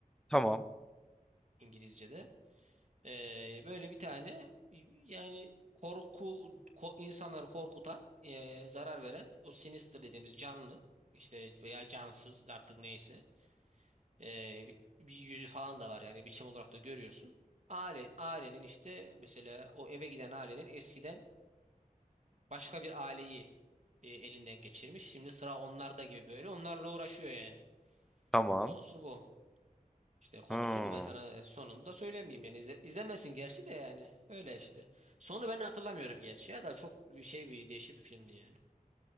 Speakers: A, in the centre; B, on the right (about 55°).
A: Tamam.
B: İngilizce'de. Ee, böyle bir tane yani korku ko- insanları korkutan, ee, zarar veren o sinister dediğimiz canlı işte veya cansız artık neyse ee, bir, bir yüzü falan da var yani biçim olarak da görüyorsun. Aile ailenin işte mesela o eve giden ailenin eskiden başka bir aileyi e, elinden geçirmiş. Şimdi sıra onlarda gibi böyle onlarla uğraşıyor yani.
A: Tamam.
B: Konusu bu. İşte konusu
A: Ha.
B: bu. Ben sana sonunu da söylemeyeyim yani. İzle, izlemesin gerçi de yani. Öyle işte. Sonu ben hatırlamıyorum gerçi ya da çok bir şey bir değişik bir filmdi yani.